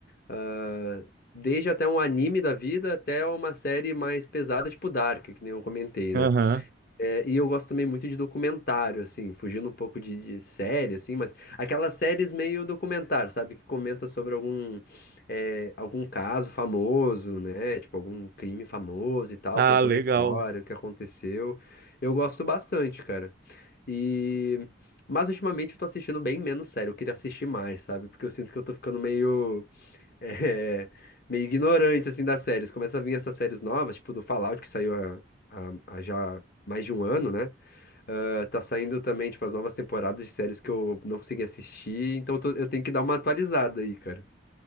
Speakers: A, on the left; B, on the right.
A: ah, desde até um anime da vida até uma série mais pesada, tipo Dark, que nem eu comentei,
B: Aham.
A: né? É, e eu gosto também muito de documentário, assim, fugindo um pouco de, de série, assim, mas aquelas séries meio documentário, sabe? Que comenta sobre algum, é, algum caso famoso, né? Tipo, algum crime famoso e tal,
B: Ah,
A: contando
B: legal.
A: a história, o que aconteceu. Eu gosto bastante, cara. E. Mas ultimamente eu tô assistindo bem menos sério, eu queria assistir mais, sabe? Porque eu sinto que eu tô ficando meio é, meio ignorante, assim, das séries. Começa a vir essas séries novas, tipo do Fallout, que saiu há, há- há já mais de um ano, né? Ah, tá saindo também, tipo, as novas temporadas de séries que eu não consegui assistir, então eu, tô- eu tenho que dar uma atualizada aí, cara.